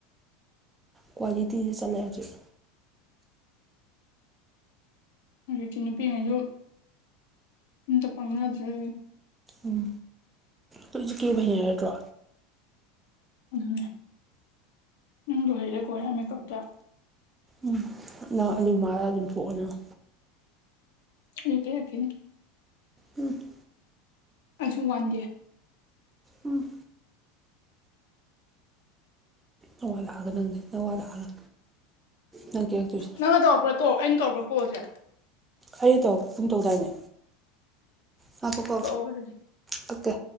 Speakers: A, on the right (about 15°); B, on the left (about 75°).
A: ꯀ꯭ꯋꯥꯂꯤꯇꯤꯗ ꯆꯠꯂꯦ ꯍꯧꯖꯤꯛ
B: ꯑꯖꯤꯛꯇꯤ ꯅꯨꯄꯤ ꯒꯩꯖꯨ ꯑꯝꯇ ꯄꯪꯅꯗ꯭ꯔꯦ
A: ꯎꯝ ꯂꯣꯏꯖꯨ ꯀꯦꯕ ꯍꯩꯅꯔꯗ꯭ꯔꯣ
B: ꯑꯗꯨꯅꯦ ꯅꯪꯖꯨ ꯍꯩꯔꯦ ꯀꯔꯦꯌꯥꯟ ꯃꯦꯀꯞꯇ
A: ꯎꯝ ꯅꯪ ꯑꯂꯨ ꯃꯥꯜꯂ ꯑꯗꯨꯝ ꯊꯣꯛꯑꯣ ꯅꯪ
B: ꯑꯩꯖꯨ ꯀ‌ꯦꯔꯛꯈꯤꯅꯤ
A: ꯎꯝ <unintelligible>
B: ꯑꯩꯁꯨ ꯋꯥꯟꯗꯦ
A: ꯎꯝ ꯅꯋꯥ ꯂꯥꯛꯑꯒ ꯅꯪꯗꯤ ꯅꯋꯥ ꯂꯥꯛꯑꯒ ꯅꯪ ꯀꯦꯔꯛꯇꯣꯏꯁꯦ
B: ꯅꯪꯅ ꯇꯧꯔꯛꯄ꯭ꯔꯥ ꯇꯣ ꯑꯩꯅ ꯇꯧꯔꯛꯄ꯭ꯔꯥ ꯀꯣꯜꯖꯦ
A: ꯑꯩꯅ ꯇꯧꯔꯛ ꯀꯨꯝ ꯇꯧꯗꯥꯏꯅꯦ ꯉꯥꯏꯈꫭꯀꯣ
B: ꯀꯛꯑꯣ ꯑꯗꯨꯗꯤ
A: ꯀꯛꯀ‌ꯦ